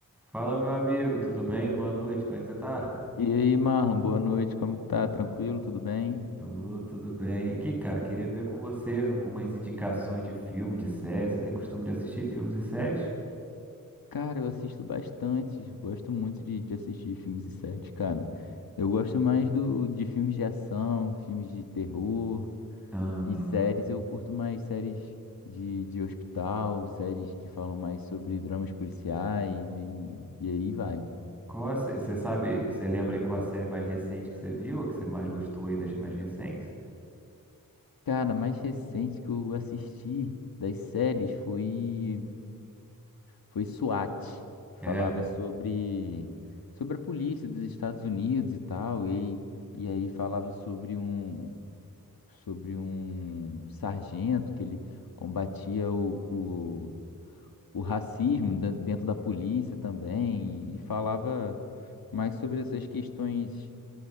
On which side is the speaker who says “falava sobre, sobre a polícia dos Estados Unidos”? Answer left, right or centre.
Left